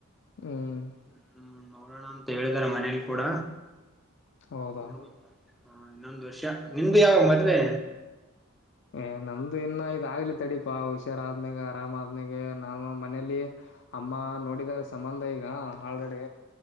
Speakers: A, on the left (about 55°); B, in the centre.
A: ಹ್ಮ್.
B: ಹ್ಮ್ ನೋಡೋಣ ಅಂತ ಹೇಳಿದಾರ ಮನೇಲಿ ಕೂಡ
A: ಹೌದಾ
B: ನೋಡ್ಬೇಕ ಹಾ ಇನ್ನೊಂದು ವರ್ಷ ನಿಂದು ಯಾವಗ ಮದ್ವೆ.
A: ಏ ನಮ್ದು ಇನ್ನ ಇದಾಗ್ಲಿ ತಡೀಪಾ ಹುಷಾರ ಆದ್ನಾಗ ಆರಾಮ ಆದ್ನಾಗ ನಾನ ಮನೇಲಿ. ಅಮ್ಮ ನೋಡಿದಿದ್ದಾರೆ ಸಂಬಂಧ ಈಗ ಆಲ್ರೆಡಿ.